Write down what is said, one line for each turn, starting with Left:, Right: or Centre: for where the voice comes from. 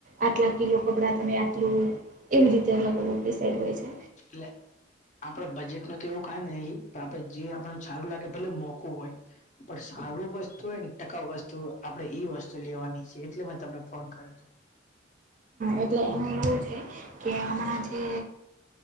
Right: આટલા કિલ્લો કપડાં તમે આટલું એવી રીતે અલગ અલગ ડિસાઇડ હોય છે
Left: એટલે આપડે બજેટ ન તો એવું કાય નેય આપડે. સારું લાગે ભલે મોઘુ હોય પણ સારું વસ્તુ હોયને ટકાઉ વસ્તુ આપડે એઈ વસ્તુ લેવાની છે એટલે મેં તમને ફોન કર્યો તો
Right: એટલે એમાં એવું છે કે હમણાં જે